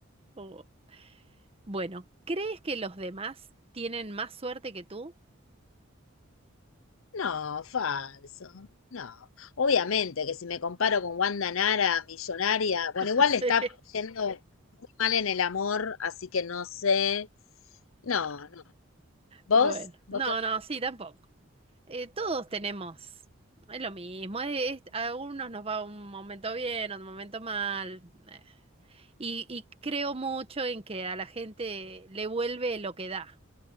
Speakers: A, on the right; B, on the left.
A: Oh. Bueno, ¿crees que los demás tienen más suerte que tú?
B: No, falso. No. Obviamente que si me comparo con Wanda Nara, millonaria, bueno,
A: <laughs>
B: igual
A: Sí.
B: le está yendo muy mal en el amor, así que no sé. No, no. ¿Vos?
A: Bueno,
B: ¿Vos
A: no,
B: qué opinás?
A: no, sí, tampoco. Eh, todos tenemos, es lo mismo, es- es- a algunos nos va un momento bien, otro momento mal, eh, y, y creo mucho en que a la gente le vuelve lo que da,